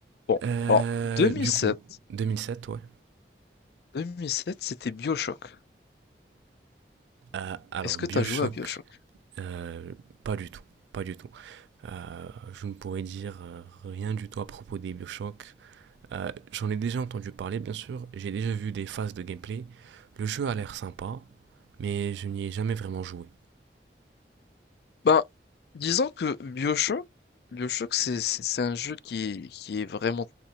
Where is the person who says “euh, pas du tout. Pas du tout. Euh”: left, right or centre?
Right